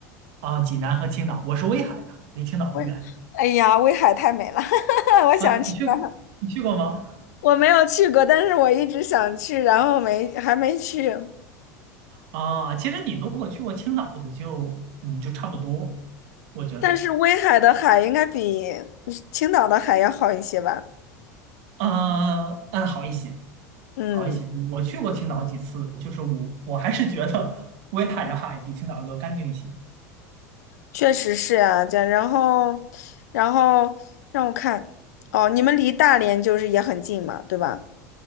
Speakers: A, on the right (about 60°); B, on the left (about 70°).
A: 啊、济南和青岛，我是威海的，离青岛不远。
B: 威，<laughs> 哎呀，威海太美了，<laughs> 我想去那儿。
A: 啊，你去你去过吗？
B: 我没有去过，但是我一直想去，然后没还没去。
A: 啊，其实你如果去过青岛的就，嗯，就差不多，我觉得，
B: 但是威海的海应该比青岛的海要好一些吧？
A: 呃，嗯，好一些，
B: 嗯。
A: 好一些。我去过青岛几次，就是我我还是觉得威海的海比青岛的干净一些
B: 确实是啊，这然后，然后让我看，哦，你们离大连就是也很近嘛，对吧？